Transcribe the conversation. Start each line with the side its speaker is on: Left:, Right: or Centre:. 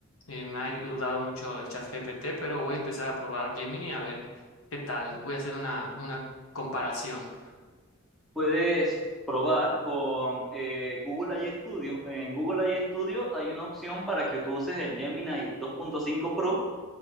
Left: Eh, me ha ayudado mucho el chat GPT, pero voy a empezar a probar Gemini a ver qué tal. Voy a hacer una, una comparación.
Centre: Puedes probar con eh, Google AI Studio. En Google AI Studio hay una opción para que tú uses el Gemini 2.5 Pro